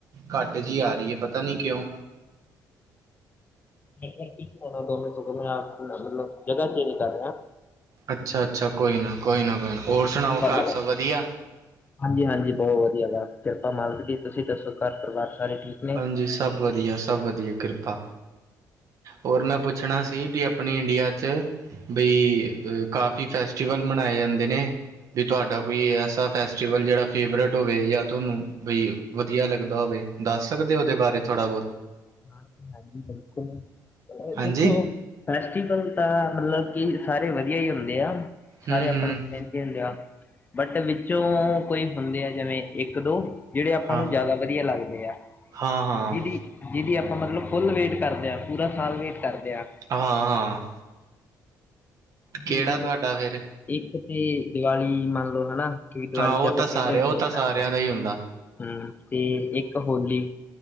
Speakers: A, on the right; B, on the left.
A: ਘੱਟ ਜਿਹੀ ਆ ਰਹੀ ਹੈ ਪਤਾ ਨਹੀਂ ਕਿਉਂ
B: ਨਹੀਂ ਦੋਵੇਂ ਸੋਂ ਆਪ ਮਤਲਬ ਜਗਾ ਚੇਂਜ ਕਰ ਰਹੇ ਆ
A: ਅੱਛਾ ਅੱਛਾ ਕੋਈ ਨਾ ਕੋਈ ਨਾ ਕੋਈ ਨਾ ਹੋਰ ਸੁਣਾਓ
B: ਹੈਲੋ
A: ਘਰ ਸਭ ਵਧੀਆ
B: ਹਾਂਜੀ ਹਾਂਜੀ ਬਹੁਤ ਵਧੀਆ ਬਾੱਸ ਕਿਰਪਾ ਮਾਲਕ ਜੀ ਤੁਸੀਂ ਦੱਸੋ ਘਰ ਪਰਿਵਾਰ ਸਾਰੇ ਠੀਕ ਨੇ
A: ਹਾਂਜੀ ਸਭ ਵਧੀਆ ਸਭ ਵਧੀਆ ਕਿਰਪਾ ਹੋਰ ਮੈਂ ਪੁੱਛਣਾ ਸੀ ਵੀ ਆਪਣੀ ਇੰਡੀਆ ਚ ਬਈ ਕਾਫ਼ੀ ਫੈਸਟੀਵਲ ਮਨਾਏ ਜਾਂਦੇ ਨੇ ਵੀ ਤੁਹਾਡਾ ਕੋਈ ਐਸਾ ਫੈਸਟੀਵਲ ਜਿਹੜਾ ਫੇਵਰੇਟ ਹੋਵੇ ਜਾਂ ਤੁਹਾਨੂੰ ਬਈ ਵਧੀਆ ਲੱਗਦਾ ਹੋਵੇ ਦੱਸ ਸਕਦੇ ਹੋ ਉਹਦੇ ਬਾਰੇ ਥੋੜ੍ਹਾ ਬਹੁਤ
B: ਹਾਂ ਹਾਂਜੀ ਬਿਲਕੁਲ
A: ਹਾਂਜੀ
B: ਦੇਖੋ ਫੈਸਟੀਵਲ ਤਾਂ ਮਤਲਬ ਕਿ ਸਾਰੇ ਵਧੀਆ ਹੀ ਹੁੰਦੇ ਆ
A: ਹੂੰ
B: ਸਾਰੇ ਆਪਾ
A: ਹੂੰ
B: ਨੂੰ ਹੁੰ ਬਟ ਵਿੱਚੋਂ ਕੋਈ ਹੁੰਦੇ ਆ ਜਿਵੇਂ ਇੱਕ ਦੋ ਜਿਹੜੇ ਆਪਾਂ
A: ਹਾਂ
B: ਨੂੰ ਜ਼ਿਆਦਾ ਵਧੀਆ ਲੱਗਦੇ ਆ
A: ਹਾਂ ਹਾਂ
B: ਜਿਹਦੀ ਜਿਹਦੀ ਆਪਾਂ ਮਤਲਬ ਫੁੱਲ ਵੇਟ ਕਰਦੇ ਹਾਂ ਪੂਰਾ ਸਾਲ ਵੇਟ ਕਰਦੇ ਹਾਂ
A: ਹਾਂ ਹਾਂ ਹਾਂ ਕਿਹੜਾ
B: ਜਿਹਦੇ
A: ਤੁਹਾਡਾ ਫਿਰ
B: ਇੱਕ ਤੇ ਦੀਵਾਲੀ ਮੰਨ ਲਓ ਹਨਾ ਕਿ ਦਿਵਾਲੀ
A: ਹਾਂ ਉਹ
B: ਚ ਆਪਾਂ
A: ਤਾਂ
B: ਪਹਿਲੇ
A: ਸਾਰੇ ਉਹ
B: ਹਦੇ
A: ਤਾਂ ਸਾਰਿਆਂ
B: ਕਰਦੇ ਹਾਂ
A: ਦਾ ਹੀ ਹੁੰਦਾ
B: ਹੂੰਮ ਤੇ ਇੱਕ ਹੋਲੀ